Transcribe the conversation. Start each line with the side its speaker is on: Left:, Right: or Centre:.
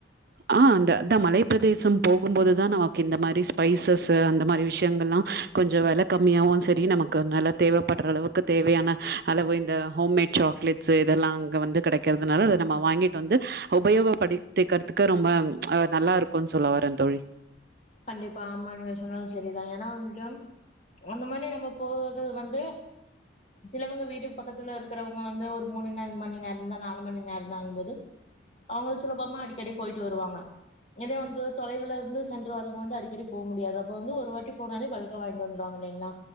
Right: ஹ ஆ அந்த த மலைப்ப பிரதேசம் போகும்போதுதா நமக்கு இந்த மாரி ஸ்பைசஸ்ஸு அந்த மாரி விஷயங்கள்லா கொஞ்சோ வில கம்மியாகவு சரி நமக்கு நல்லா தேவைப்படுற அளவுக்கு தேவையான அளவு இந்த ஹோம்மேட் சாக்லேட்ஸ்ஸு இதெல்லா அங்க வந்து கெடைக்கிறதுனால அத நம்ம வாங்கிட்டு வந்து உபயோகப்படி திக்கிறதுக்கு ரொம்பஹ நல்லா இருக்குன்னு சொல்லவரே தோழி
Left: கண்டிப்பா ஆமா நீங்க சொன்னது சரிதா ஏன்னா வந்துட்டு அந்த மாரி நம்ம போறது வந்து சிலவங்க வீட்டுக்கு பக்கத்துல இருக்கிறவங்க வந்து ஒரு மூணு நே மணி நேரோந்தா நாலு மணி நேரோ தாங்குபோது அவங்க சுலபமா அடிக்கடி போயிட்டு வருவாங்க இதே வந்து தொலைவுல இருந்து சென் று வரும் போது வந்து அடிக்கடி போ முடியாது அப்ப வந்து ஒரு வாட்டி போனாலே ப்ல்க வாங்கிட்டு வந்துருவாங்க இல்லைங்களா